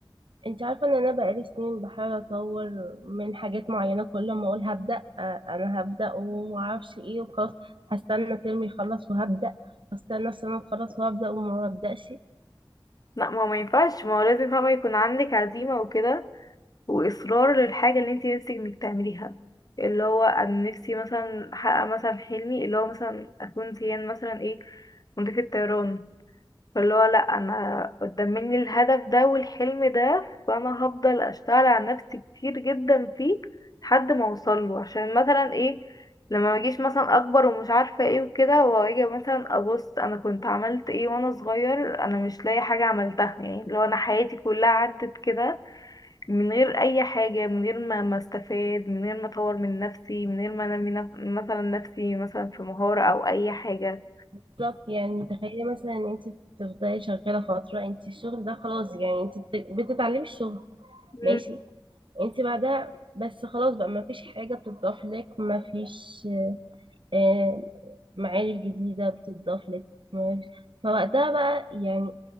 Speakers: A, on the right; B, on the left.
A: انت عارفه ان انا بقالي سنين بحاول اطور من حاجات معينه كل ما اقول هبدا آه، انا هبدا ومعرفش ايه وخلاص هستنى ترمي يخلص وهبدا هستنى السنه تخلص وهبدا وما ببداش
B: لا ما هو ما ينفعش ما هو لازم فاهمة يكون عندك عزيمة وكده وإصرار للحاجة اللي انتي نفسك انك تعمليها اللي هو أنا نفسي مثلا أحقق مثلا حلمي اللي هو مثلا أكون زيان مثلا ايه مضيفة طيران فاللي هو لأ أنا قدام مني الهدف ده والحلم ده فأنا هفضل أشتغل على نفسي كتير جدا فيه لحد ما أوصله عشان مثلا ايه لما مجيش مثلا أكبر ومش عارفة ايه وكده وأجي مثلا أبص أنا كنت عملت ايه وأنا صغير أنا مش لاقي حاجة عملتها يعني اللي هو أنا حياتي كلها عدت كده من غير أي حاجة من غير ما ما استفاد من غير ما أطور من نفسي من غير ما أنمي نف... مثلا نفسي مثلا في مهارة أو أي حاجة
A: بالظبط يعني تخيلي مثلا ان انت تفضلي شغاله فتره انت الشغل ده خلاص يعني انت بت- بتتعلمي الشغل
B: مم.
A: ماشي انت بعدها بس خلاص بقى ما فيش حاجة بتضاف لك ما فيش آه، معارف جديدة بتضاف لك معارف فوقتها بقى يعني